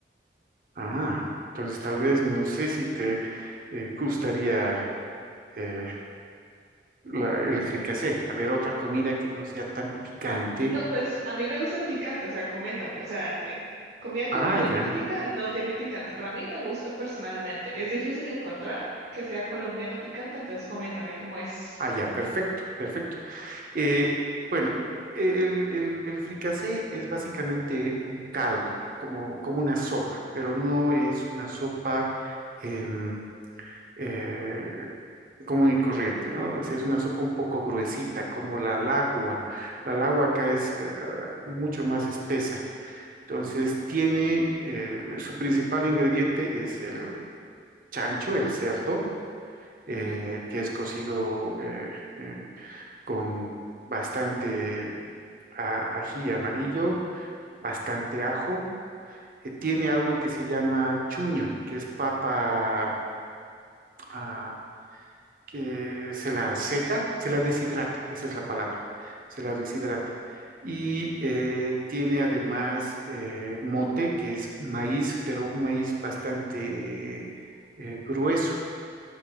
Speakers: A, on the right; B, on the right.
A: Ah, entonces tal vez no sé si te eh, gustaría eh, la- el fricasé. A ver, otra comida que no sea tan picante.
B: No, Vale. pues a mí me gusta el picante, o sea, coméntame. O sea, eh, comida colombiana
A: Ah, ya.
B: típica no tiene picante. pero a mí me gusta personalmente. Es difícil encontrar que sea colombiana picante, entonces coméntame cómo es.
A: Ah, ya, perfecto, perfecto. Eh, bueno, el, el, el fricasé es básicamente un caldo, como, como una sopa, pero no es una sopa em, eh, común y corriente, ¿no? O sea, es una sopa un poco gruesita, como la lagua. La lagua acá es eh, mucho más espesa. Entonces, tiene eh, su principal ingrediente es el chancho, el cerdo, eh,
B: Ujú.
A: que es cocido. eh, eh, con bastante a- ají amarillo, bastante ajo. Eh, tiene algo que se llama chuño, que es papa ah, que se la seca, se la deshidrata, esa es la palabra, se la
B: Mm.
A: deshidrata. Y eh, tiene además eh, mote, que es maíz, pero un maíz bastante eh, grueso.